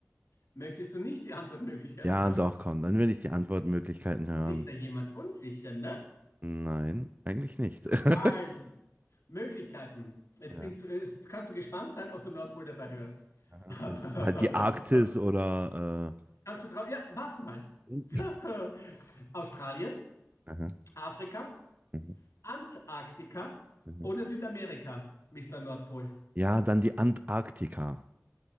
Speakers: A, on the left; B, on the right.
A: Möchtest du nicht die Antwortmöglichkeiten
B: Ja,
A: hören?
B: doch, komm, dann will ich die Antwortmöglichkeiten hören.
A: Ist sich da jemand unsicher, ne?
B: Nein, eigentlich nicht.
A: Also,
B: <laughs>
A: Möglichkeiten. Jetzt
B: Ja.
A: binst du, jetzt kannst du gespannt sein, ob du Nordpol dabei hörst.
B: aha.
A: <laughs>
B: Ist halt die Arktis oder
A: Kannst du drauf? Ja, warte mal.
B: äh,
A: <laughs> Australien,
B: aha,
A: Afrika,
B: mhm,
A: Antarktika
B: mhm.
A: oder Südamerika, Mister Nordpol.
B: Ja, dann die Antarktika.